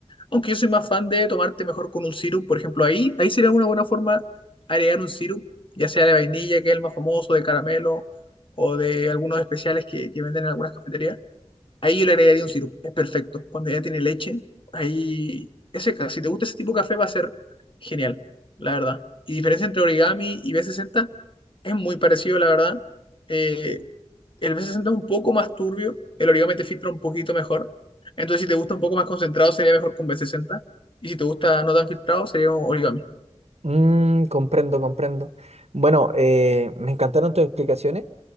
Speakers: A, on the left (about 50°); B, on the right (about 70°).
A: Aunque yo soy más fan de tomarte mejor con un sirup, por ejemplo, ahí, ahí sería una buena forma agregar un sirup, ya sea de vainilla, que es el más famoso, de caramelo, o de algunos especiales que, que venden en algunas cafeterías. Ahí yo le agregaría un sirope, es perfecto. Cuando ya tiene leche, ahí ese, ca- si te gusta ese tipo de café va a ser genial, la verdad. Y diferencia entre Origami y B60 es muy parecido, la verdad. Eh, el B60 es un poco más turbio, el Origami te filtra un poquito mejor. Entonces, si te gusta un poco más concentrado, sería mejor con B60. Y si te gusta no tan filtrado, sería Origami.
B: Mm, comprendo, comprendo. Bueno, eh, me encantaron tus explicaciones.